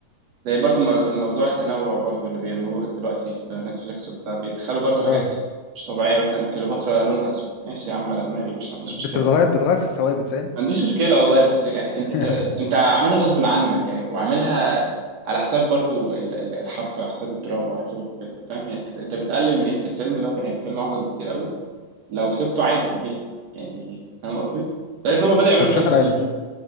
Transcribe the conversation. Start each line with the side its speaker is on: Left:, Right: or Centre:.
Right: زي برضو مو- موضوع التنوع برضو اللي بيعملوه دلوقتي في نتفليكس وبتاع بيدخلوا برضو
Left: اه
Right: حاجات مش طبيعيه مثلا كليوباترا لونها اسود ماشي يا عم على دماغي مش ما عنديش
Left: بت-
Right: مشكله
Left: بتغير بتغير في الثوابت فاهم
Right: ما عنديش مشكلة والله بس يعني انت
Left: <laughs>
Right: انت انت عاملها غصب عنك يعني وعاملها على حساب برضو ال- ال- الحبكة على حساب الدراما على حساب الفيلم فاهم يعني انت انت بتقلل من قيمة الفيلم اللي هو كان هيبقى فيلم اعظم بكتير قوي لو سبته عادي طبيعي يعني فاهم قصدي؟ لدرجة ان هم بدأوا يعملوا
Left: طب
Right: حاجات
Left: شاتر
Right: غريبة
Left: ايلاند